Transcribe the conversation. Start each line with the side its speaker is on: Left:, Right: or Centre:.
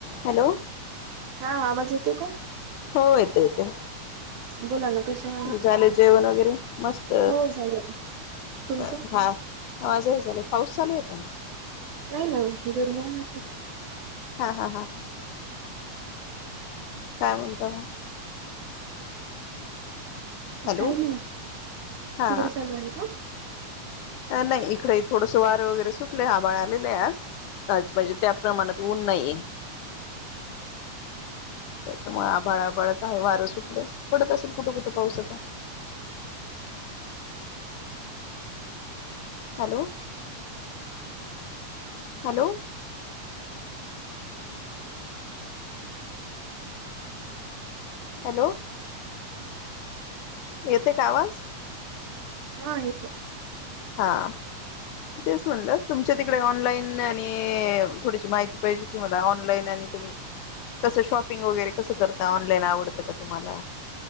Left: हॅलो
Right: हा आवाज येतोय का?
Left: हो येतो येतो.
Right: बोला ना. कसे आहात?
Left: झाले जेवण वगैरे? मस्त.
Right: हो झालं. तुमचं?
Left: ब हा, माझं ही झालं. पाऊस चालू आहे का?
Right: नाही ना गर्मी आहे खूप.
Left: हा हा हा, काय म्हणता मग? हॅलो
Right: काही नाही,
Left: हा
Right: तिकडे चालू आहे का?
Left: नाही इकडे थोडसं वारं वगैरे सुटलंय आभाळ आलेले आज. आज म्हणजे त्या प्रमाणात ऊन नाही. त्याच्यामुळे आभाळ आभळाच आहे वारं सुटलंय, पडत असेल कुठं कुठं पाऊस आता <inaudible> हॅलो हॅलो हॅलो, येते का आवाज?
Right: हा येतो.
Left: हा. तेच म्हणलं तुमच्या तिकडे ऑनलाईन आणि थोडीशी माहिती पाहिजे होती मला ऑनलाईन आणि तुम्ही कसं शॉपिंग वगैरे कसं करता ऑनलाईन आवडतं का तुम्हाला?